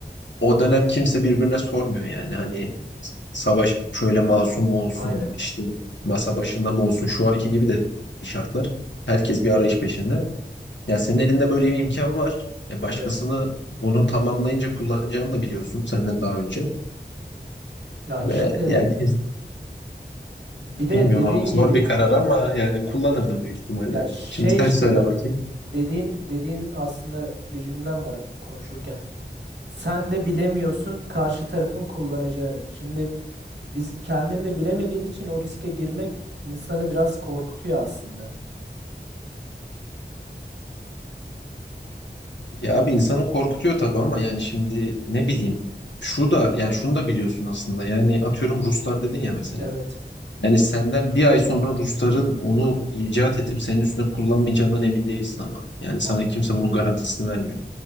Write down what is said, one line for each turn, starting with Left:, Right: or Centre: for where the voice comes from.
Left: o dönem kimse birbirine sormuyor yani hani savaş şöyle masum mu olsun
Right: Aynen.
Left: işte masa başında mı olsun şu anki gibi de şartlar. Herkes bir arayış peşinde. Ya senin elinde böyle bir imkan var. E başkasını
Right: Evet.
Left: bunu tamamlayınca kullanacağını da biliyorsun senden daha önce.
Right: Ya
Left: Ve
Right: işte
Left: yani
Right: bir de
Left: bilmiyorum
Right: dediğin
Left: abi zor
Right: gibi
Left: bir karar ama yani kullanırdım büyük ihtimalle.
Right: ya şey
Left: Şimdi sen
Right: işte
Left: söyle
Right: bak
Left: bakayım.
Right: dediğin dediğin aslında bir cümlem var konuşurken. Sen de bilemiyorsun karşı tarafın kullanacağını. Şimdi biz kendin de bilemediğin için o riske girmek insanı biraz korkutuyor aslında.
Left: Ya abi insanı korkutuyor tabii ama yani şimdi ne bileyim şunu da yani şunu da biliyorsun aslında yani atıyorum Ruslar dedin ya mesela
Right: Evet.
Left: yani senden bir ay sonra Rusların onu icat edip senin üstüne kullanmayacağından emin değilsin ama yani sana
Right: O-
Left: kimse bunun garantisini vermiyor.